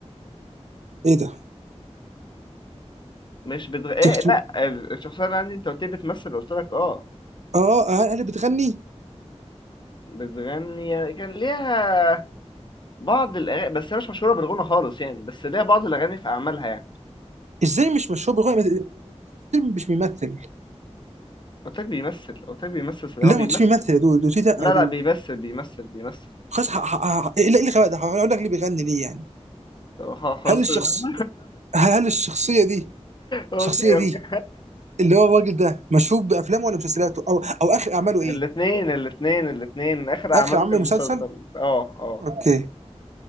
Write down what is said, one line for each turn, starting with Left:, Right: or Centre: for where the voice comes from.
Right: ايه ده
Left: <laughs> مش بتغ... إيه
Right: تكت...
Left: لا ال- الشخصية اللي عندي انت قلت لي بتمثل قلت لك اه
Right: اه آه، هل بتغني
Left: بتغني يعني كان ليها بعض الاغاني بس هي مش مشهورة بالغنى خالص يعني بس ليها بعض الاغاني في اعمالها يعني
Right: ازاي مش مشهور بغنى مش بيمثل
Left: قلت لك بيمثل قلت لك بيمثل
Right: لا
Left: هو بيمثل
Right: ما انتش بيمثل يا دود دوتي لا
Left: لا
Right: يا دود
Left: لا بيمثل بيمثل بيمثل
Right: خلاص ح- ح- ح- ايه اللي إيه اللي خلاك ده هقول لك ليه بيغني ليه يعني
Left: طب خ- خلاص
Right: هل الشخص
Left: <laughs>
Right: هل هل الشخصيه دي
Left: اوكي
Right: الشخصيه دي
Left: اوكي
Right: اللي هو الراجل ده مشهور بافلامه ولا مسلسلاته او او اخر اعماله
Left: الاثنين
Right: ايه
Left: الاثنين الاثنين اخر اعماله
Right: اخر عمل
Left: كان
Right: مسلسل
Left: مسلسل اه اه
Right: اوكي